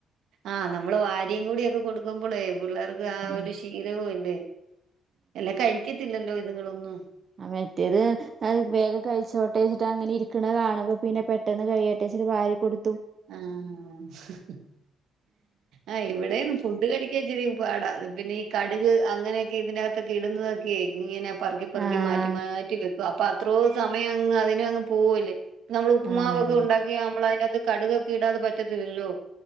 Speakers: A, on the right; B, on the right.
A: ആഹ് നമ്മള് വാരിയും കൂടി ഒക്കെ കൊടുക്കുമ്പോളേ പിള്ളേർക്ക് ആ
B: ഉം
A: ഒരു ശീലവുമില്ലേ എല്ല കഴിക്കത്തില്ലല്ലോ ഇത്ങ്ങളൊന്നും
B: ആഹ് മറ്റേത്ത് അത് വേഗം കഴിച്ചോട്ടേ ച്ചിട്ട് അങ്ങനെ ഇരിക്കണ കാണുമ്പോ പിന്നെ പെട്ട് ട്ടെന്ന് കഴിയട്ടെച്ച്ട്ട് വാരി കൊടു
A: ആ. ഹ്. ആ ഇവിടേം ഫുഡ് കഴിക്കാൻ ഇച്ചിരി പാടാ പിന്നെ ഈ കട്ക് അങ്ങനെയൊക്കെയിതിനകത്തൊക്കെയിടുന്നതൊക്കേ ഇങ്ങനെ പർക്കിപ്പർക്കി
B: ആഹ്
A: മാറ്റിമാറ്റി വെക്കും അപ്പൊ അത്രോ സമയങ്ങ് അതിനങ്ങ് പോവല്ലേ നമ്മള് ഉപ്പ്മാവൊക്കെ
B: ആഹ്
A: ഉണ്ടാക്കിയാ നമ്മളയിനകത്ത് കടുകൊക്കെ ഇട അത് പറ്റത്തില്ലോ